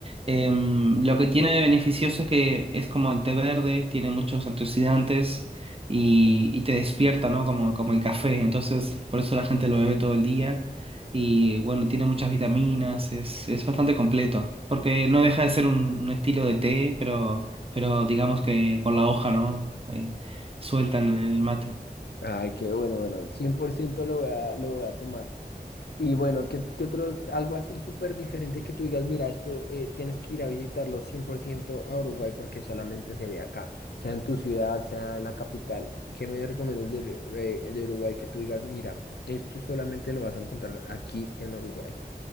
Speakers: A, on the right; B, on the left.
A: Em, lo que tiene de beneficioso es que es como el té verde, tiene muchos antioxidantes y, y te despierta, ¿no? Como, como el café, entonces por eso la gente lo bebe todo el día y bueno, tiene muchas vitaminas, es, es bastante completo, porque no deja de ser un, un estilo de té, pero, pero digamos que con la hoja, ¿no? Ahí, sueltan en el mate.
B: Ay, qué bueno, bueno, 100% lo voy a, lo voy a tomar. Y bueno, ¿qué, qué otro, algo así súper diferente que tú digas, mira, esto eh, tienes que ir a visitarlo 100% a Uruguay porque solamente se ve acá, sea en tu ciudad, sea en la capital. ¿Qué me recomiendas de, Ur- eh, de Uruguay que tú digas, mira, esto solamente lo vas a encontrar aquí en Uruguay?